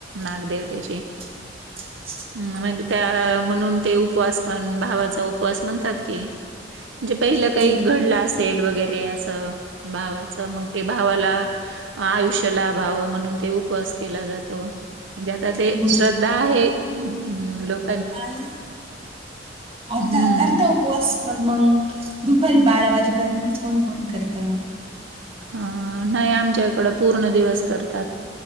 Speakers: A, on the right; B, on the right.
A: नागदेवतेची.
B: <inaudible>
A: हं मग त्या म्हणून ते उपवास पण भावाचा उपवास म्हणतात की. म्हणजे पहिलं
B: हो
A: काही घडलं अस तेल वगैरे असं भावाचं मग ते भावाला आयुष्य लाभावं म्हणून ते उपवास केला जातो. म्हणजे आता ते
B: हो
A: श्रद्धा आहे लोक
B: काय आता
A: हम्म
B: करता उपवास पण मग दुपारी बारा वाजेपर्यंतच कोणी कोणी करत.
A: अ नाही आमच्या इकडं पूर्ण दिवस करतात.